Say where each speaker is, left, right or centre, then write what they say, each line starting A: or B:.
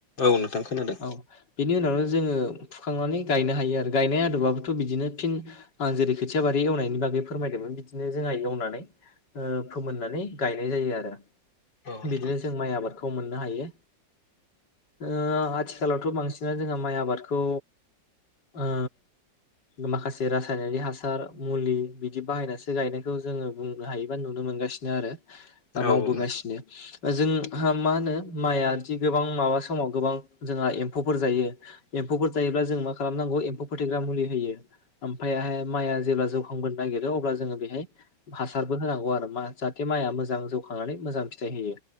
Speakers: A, on the left; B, on the left.
A: औ नोंथां खोनादों
B: औ बेनि उनावनो जोङो फुखांनानै गायनो हायो आरो गायनाय आदबाबो थ' बिदिनो फिन आं जेरै खोथिया बारि एवनायनि बागै फोरमायदोंमोन बिदिनो जोंहा एवनानै ओ फोमोननानै गायनाय जायो आरो
A: औ नोंथां
B: बिदिनो जों माइ आबादखौ खौ मोननो हायो। ओ आथिखालावथ' बांसिनानो जोंहा माइ आबादखौ ओ माखासे रासायनारि हासार मुलि बिदि बाहायनासो गायनायखौ जोङो बुंनो हायो बा नु नुनो मोनगासिनो आरो बा
A: औ
B: मावबोगासिनो। जोंहा मा होनो माइआदि गोबां माबा समाव गोबां जोंहा एम्फौफोर जायो एम म्फौफोर जायोब्ला जों मा खालामनांगौ एम्फौ फोथैग्रा मुलि होयो ओमफायहाय माइआ जेब्ला जौखांबोनो नागिरो अब्ला जोङो बेहाय हासारबो होनांगौ आरो मा जाहाथे माइआ मोजां जौखांनानै मोजां फिथाइ होयो